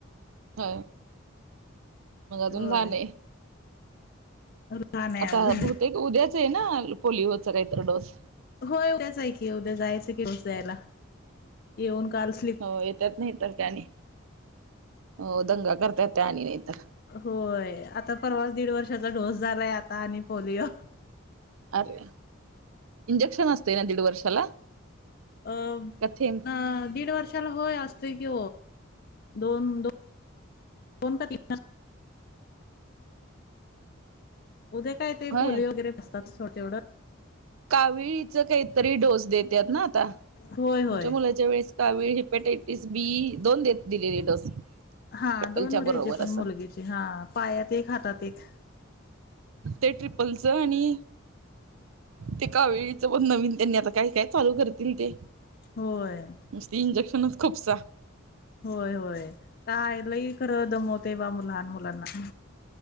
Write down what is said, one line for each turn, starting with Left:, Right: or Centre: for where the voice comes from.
Right: ह मग अजून
Left: होय
Right: झाणे
Left: लहान आहे
Right: आता
Left: अजून
Right: बहुतेक उद्याच आहे ना पोलिओचा काहीत डोस
Left: होय उद्याच आहे की उद्या जायचं की उद्यायला येऊन कालच
Right: हो येतत नाही तरर त्याने हो दंगा करतत त्या आणि नाहीतर
Left: होय आता परवास दीड वर्षाचा डोस झालाय आता आणि पोलिओ
Right: अरे इंजेक्शन असते ना दीड वर्षाला
Left: अ
Right: का थेंब
Left: ना दीड वर्ष अस क दोनन का उद्या काय ते
Right: होय
Left: पोलिओ वगैरे बसतात तेवढं
Right: कावीळीच काहीतरी डोस देत ना आता आमच्या
Left: होय होय
Right: मुलाच्या वेळेस कावीळ हेपटायटिस बी दोन देत दिलेली डोस
Left: हा
Right: ट्रिपलच्या
Left: दोन वढे
Right: बरोबर
Left: ह्याचे पण
Right: असं
Left: मुलगीचे हा पायात एक हातात एक
Right: ते ट्रिपलचं आणि ते कावेळीचं पण नवीन त्यांनी आता काही काय चालू करतील ते
Left: होय
Right: मस्ती इंजेक्शनच खूपसा
Left: होय होय काय लई खरं दमवते बा लहान मुलांना